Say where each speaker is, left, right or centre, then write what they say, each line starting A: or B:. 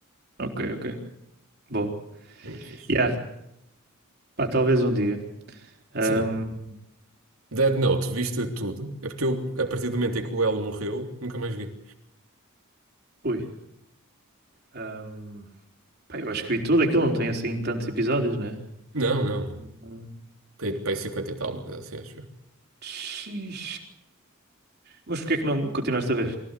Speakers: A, on the right (about 50°); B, on the right (about 80°).
A: ok, ok. Boa.
B: É muito fixe.
A: Yeah, pá, talvez um dia. Ahm,
B: Sim. Dead Note, viste tudo? É porque eu, a partir do momento em que o L morreu, nunca mais vi.
A: ui. ahm, pá, eu acho que vi tudo aquilo, não tem assim tantos episódios, né?
B: Não, não, não.
A: Hum,
B: Tem para aí 50 e tal, uma coisa assim, acho eu.
A: xiii. Mas porquê é que não continuaste a ver?